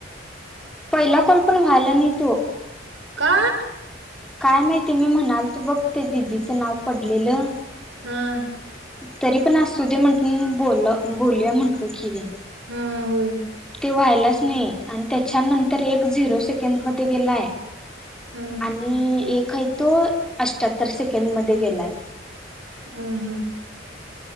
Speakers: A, in the centre; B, on the right (about 85°).
A: पहिला कॉल पण, व्हाल नाही तो.
B: का,
A: काय माहितीय मी म्हणाल तो, बघ ते दिदीचं नाव पडलेलं.
B: हा....
A: तरी पण असू दे म्हणून, बोल बोलूया म्हटलो की.
B: हा होय.
A: ते व्हायलाच नाही, आणि त्याच्यानंतर एक झिरो सेकंडमध्ये गेलाय.
B: हम.
A: एक आहे तो अठ्ठ्याहत्तर सेकंडमध्ये गेलाय.
B: ह हा हा.